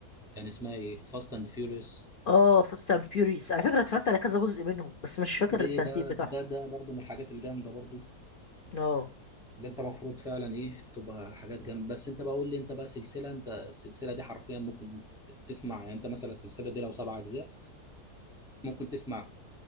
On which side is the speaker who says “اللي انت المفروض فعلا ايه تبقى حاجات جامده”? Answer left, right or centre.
Centre